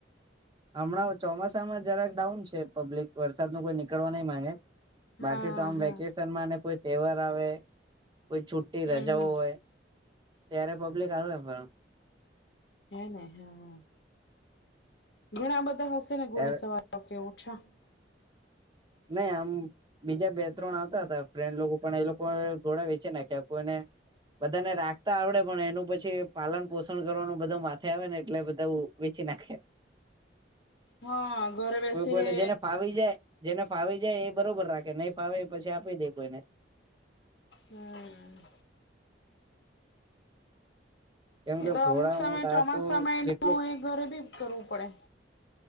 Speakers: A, on the right; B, on the left.
A: હમણાં ચોમાસામાં જરાક ડાઉન છે પબ્લિક વરસાદ ન કોઈ નીકળવા નહીં માંગે બાકી
B: હા
A: તો આમ
B: હા
A: વેકેશનમાં કોઈ તહેવાર આવે કોઈ છ
B: હમ
A: રજા
B: હમ
A: હોય ત્યારે પબ્લિક આવે પણ
B: હને હા હ ઘણા બધા હશે ને ઘોડે
A: ત્યારે
B: સવાર કે ઓછા
A: નય આમ બીજા બે ત્રણ આવતા હતા ફ્રેન્ડ લોકો પણ એ લોકો ઘોડ વે છેે ક્યા કોઈને બધાને રાખતા આવડે પણ એનું પછી પાલન પોષણ કરવાનું બધું માથે આવે ને એટલે બધા વેચી નાખ્યા
B: હા ઘરે બેસીને
A: કોઈ કોઈને જેને ફાવી જાય જેને ફાવી જાય એ બરોબર રાખે નહીં ફાવે એ પછી આપી દે કોઈને
B: હમ.
A: કેમ કે
B: એ તો
A: ઘોડા
B: અમુક સમય
A: ઊંટ
B: ચોમાસામાં
A: આ તો
B: એનું
A: જેટલું
B: એ ઘરે ભી કરવું પડે